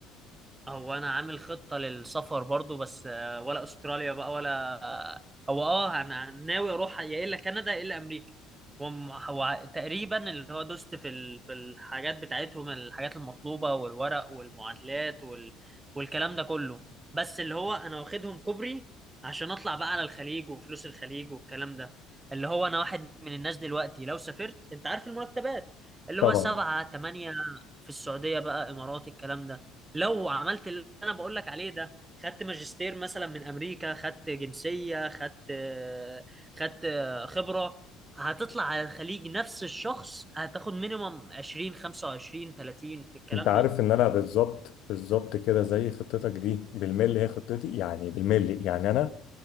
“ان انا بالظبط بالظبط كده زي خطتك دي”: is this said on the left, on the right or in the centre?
Left